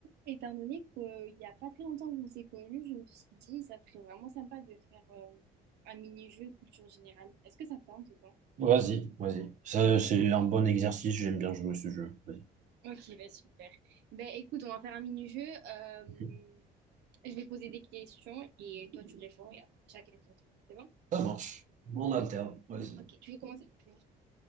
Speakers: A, on the right (about 80°); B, on the right (about 45°).
A: Étant donné qu'il n'y a pas très longtemps que vous s'est connus, je me suis dit, ça serait vraiment sympa de faire euh, un mini-jeu culture générale. Est-ce que ça te tente ou pas?
B: Vas-y, vas-y. Ça, c'est un bon exercice, j'aime bien jouer ce jeu. Vas-y.
A: Ok, bah super. Ben écoute, on va faire un mini-jeu. Euh,
B: Mhm.
A: je vais poser des questions et toi tu réponds et après chacun son tour. C'est bon?
B: Ça marche.
A: Mm.
B: On alterne. Vas-y.
A: Ok, tu veux commencer? Ok.